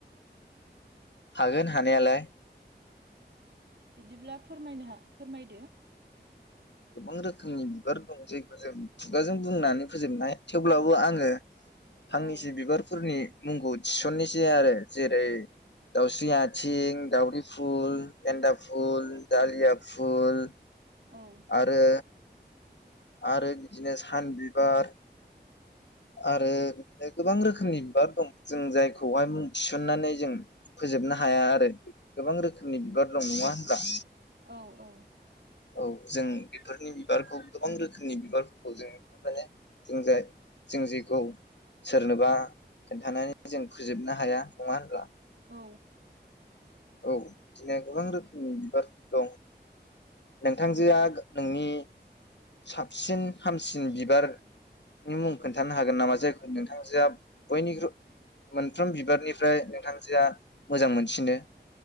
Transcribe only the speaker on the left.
हागोन हानायालाय
गोबां रोखोमनि बिबार दं जायखौ जों खुगाजों बुंनानै फोजोबनाय थेवब्लाबो आङो फांनैसो
बिबारफोरनि मुंखौ थिसननोसै आरो जेरै दाउस्रि आथिं, दाउदि फुल, एन्दा फुल दालिया फुल
आरो आरो बिदिनो सान बिबार आरो बिदिनो गोबां रोखोमनि बिबार दं जों जायखौहाय मुं थिसननानै जों फोजोबनो हाया आरो गोबां रोखोमनि बिबार दं नङा होनब्ला?
औ जों बेफोरनि बिबारखौ गोबां रोखोमनि बिबारफोरखौ जों माने जों जाय जों जेखौ सोरनोबा खोन्थानानै जों फोजोबनो हाया नङा होनब्ला?
औ बिदिनो गोबां रोखोमनि बिबारफोर दं। नोंथांजोआ नोंनि साबसिन हामसिन बिबारनि मुं खोन्थानो हागोन नामा जायखौ नोंथांजोआ बयनिख्रुइ मोनथाम बिबारनिफ्राय नोंथांजोआ मोजां मोनसिनो?